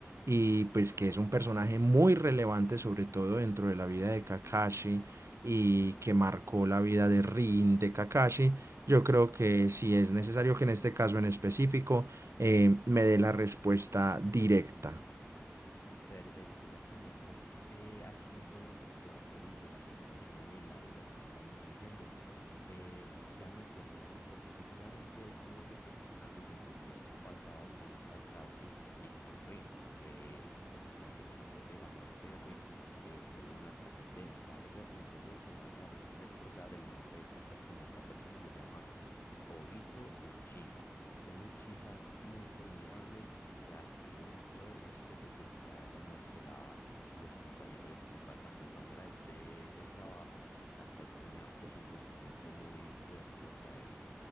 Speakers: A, on the right; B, on the left.
A: y pues que es un personaje muy relevante sobre todo dentro de la vida de Kakashi y que marcó la vida de Rin, de Kakashi. Yo creo que sí es necesario que en este caso en específico eh, me dé la respuesta directa.
B: Perfecto, ya que me estás eh, haciendo un recorderis de la situación y la vida que está influyendo, eh, ya me acuerdo, ya me acuerdo. Efectivamente, él tuvo ciertos percances en su tiempo pasado con Kakashi y con Rin, que eh, la afectación de la muerte de Rin eh, tuvo una trascendencia. Esa trascendencia me hace re- recordar el nombre de esta persona. Esta persona se llama Obito Uchiha, un Uchiha muy formidable que adquirió un poder después de que se le haya muerto la, los compañe- el compa- la compañera de de trabajo la cual tenía pues un sentimiento muy fuerte hacia ella.